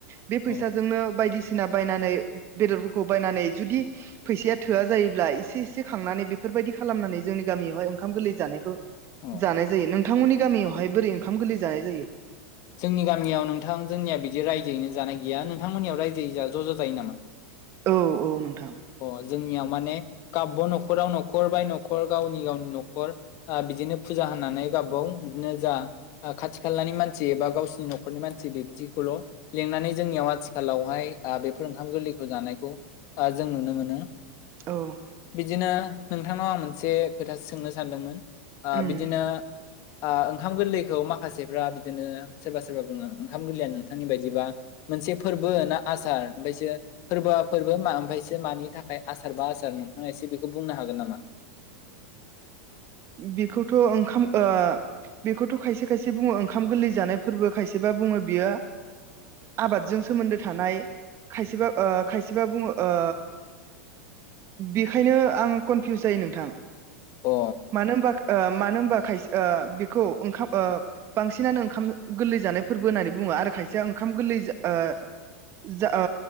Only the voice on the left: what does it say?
अ
अ
जोंनि गामियाव नोंथां जोंनिया बिदि रायजोयैनो जानाय गैया नोंथांमोननियाव रायजोयै ज' ज' जायो नामा।
अ जोंनियाव माने गाब न'खराव न'खर बाय न'खर गावनि गावनि न'खर ओ बिदिनो फुजा‌। होनानै गावबागाव बिदिनो जा खाथि खानि मानसि। बा गावसिनि न'खरनि मानसि बेदिखौल' लिंनानै जोंनियाव आथिखालावहाय बेफोर ओंखाम गोरलैखौ। जानायखौ ओ जों नुनो मोनो।
बिदिनो नोंथांनाव आं मोनसे खोथा सोंनो सानदोंमोन। ओ
बिदिनो ओ ओंखाम गोरलैखौ माखासेफ्रा बि। बिदिनो सोरबा सोरबा बुङो ओंखाम गोरलैया नोंथांनि बायदिबा मोनसे फोरबो ना आसार ओमफ्रायसो। फोरबोआ फोरबो मा ओमफ्रायसो मानि थाखाय आसार बा आसार नोंथां एसे बेखौ बुंनो हागोन नामा।
अ।